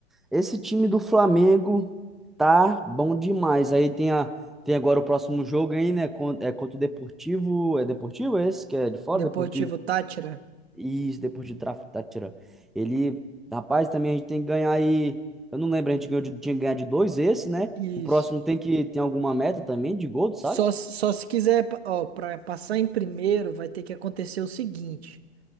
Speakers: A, in the centre; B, on the right.
A: esse time do Flamengo tá bom demais. Aí tem, a, tem agora o próximo jogo aí, né? con- É contra o Deportivo. É Deportivo esse? Que é de fora?
B: Deportivo
A: Deportivo
B: Táchira.
A: Isso, depois de tráfico tá tirando. Ele, rapaz, também a gente tem que ganhar aí. Eu não lembro, a gente ganhou de- tinha que ganhar de dois esse, né?
B: Isso.
A: O próximo tem que tem alguma meta também de gol, tu
B: Só,
A: sabe?
B: só se quiser, ó, para passar em primeiro, vai ter que acontecer o seguinte.